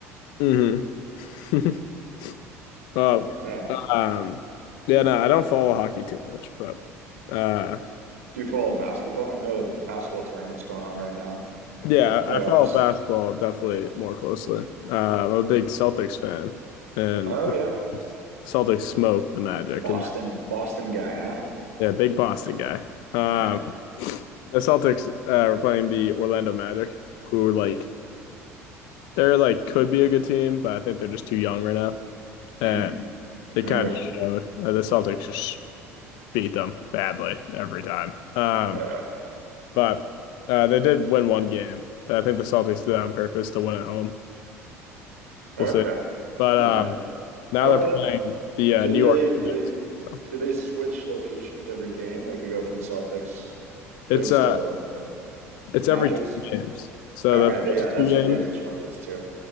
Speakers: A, on the left; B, on the right.
A: hmm <laughs> Oh,
B: Yeah,
A: um, yeah, no, I don't follow hockey too much, but uh,
B: Do you follow basketball? I know the basketball tournament's going on right now,
A: yeah,
B: the playoffs.
A: I follow basketball definitely more closely. Uh, I'm a big Celtics fan, and
B: Oh
A: the
B: yeah,
A: Celtics smoked the Magic,
B: Boston,
A: and
B: Boston guy, huh?
A: they're, yeah, big Boston guy. Um,
B: Yeah.
A: the Celtics uh, were playing the Orlando Magic, who are like they're like could be a good team, but I think they're just too young right now, and
B: Hmm.
A: it
B: Okay.
A: kind of showed. Uh, the Celtics just beat them badly every time. Um,
B: Yeah.
A: But uh, they did win one game, but I think the Celtics did that on purpose to win at home.
B: Okay.
A: We'll see. But
B: Okay.
A: um, now
B: Oh,
A: they're playing
B: that
A: the uh,
B: do
A: New
B: do
A: York
B: they do
A: Knicks.
B: they
A: So
B: do they switch locations every game? Like they go from Celtics place
A: it's uh
B: to the
A: it's
B: Magic's?
A: every two games. So
B: Okay.
A: the first
B: th- yeah, that's
A: two games,
B: what the NHL does too.